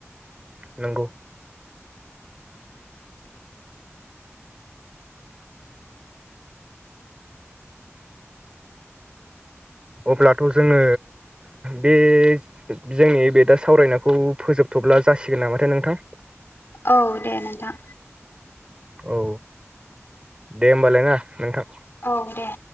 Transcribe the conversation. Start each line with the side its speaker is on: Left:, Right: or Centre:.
Right: नंगौ। अब्लाथ' जोङो बे जोंनि बे दा सावरायनायखौ फोजोबथ'ब्ला जासिगोन नामाथाय नोंथां?
Left: औ दे नोंथां।
Right: औ। दे होमबालाय ना नोंथां?
Left: औ दे